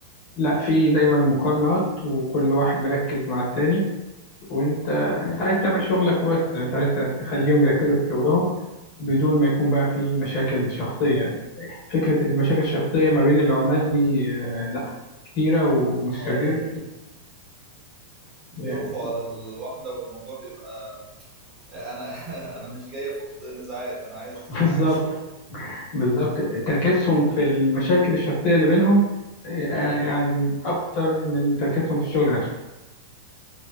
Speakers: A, on the left; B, on the right.
A: لا في دايما مقارنات وكل واحد مركز مع التاني وانت انت عايز تعمل شغلك وبس يعني انت عايز تخليهم يركزوا في شغلهم بدون ما يكون بقى في مشاكل شخصية يعني فكرة المشاكل الشخصية ما بين العمال دي آه، لا كتيرة ومتكررة
B: آه، يعني بيقفوا
A: يعني
B: على الواحدة والموضوع بيبقى انا <laughs> انا مش جاي افض نزاعات انا عايز
A: <laughs> بالظبط
B: عايز شغل
A: بالظبط تركيزهم في المشاكل الشخصية اللي بينهم آه،
B: مم.
A: يعني من أكتر من تركيزهم في الشغل نفسه